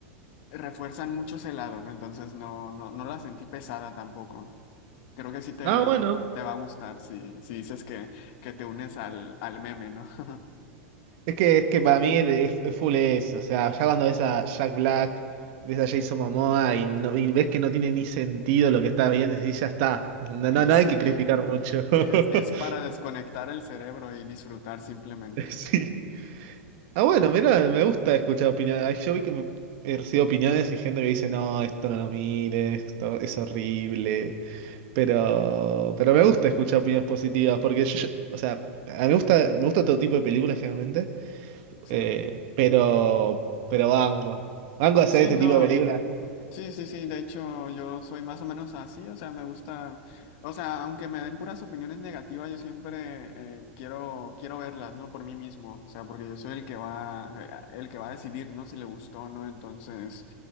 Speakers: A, on the left; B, on the right.
A: refuerzan mucho ese lado, ¿no? Entonces no, no, no la sentí pesada tampoco. Creo que sí te,
B: Ah, bueno.
A: te va a gustar si, si dices que, que te unes al, al meme, ¿no? <laughs>
B: Es que, es que para mí es, es full eso, o sea, ya cuando ves a Jack Black, ves a Jason Momoa y, no, y ves que no tiene ni sentido lo que estás viendo, y decís, ya está, no, no, no
A: Sí,
B: hay que criticar mucho. <laughs>
A: es, es para desconectar el cerebro y disfrutar simplemente.
B: Sí. Ah, bueno, mira, me gusta escuchar opiniones. Ay, Yo vi que me- he recibido opiniones y gente que dice, no, esto no lo mires, esto es horrible, pero, pero me gusta escuchar opiniones positivas, porque yo, yo- o sea, a mí me gusta, me gusta todo tipo de películas generalmente.
A: Sí,
B: Eh, pero, pero Bango. Bango hacer
A: sí,
B: este
A: no,
B: tipo de películas.
A: sí, sí, sí, de hecho yo soy más o menos así, o sea, me gusta, o sea, aunque me den puras opiniones negativas, yo siempre eh, quiero, quiero verlas, ¿no? Por mí mismo, o sea, porque yo soy el que va, eh, el que va a decidir, ¿no? Si le gustó o no, entonces...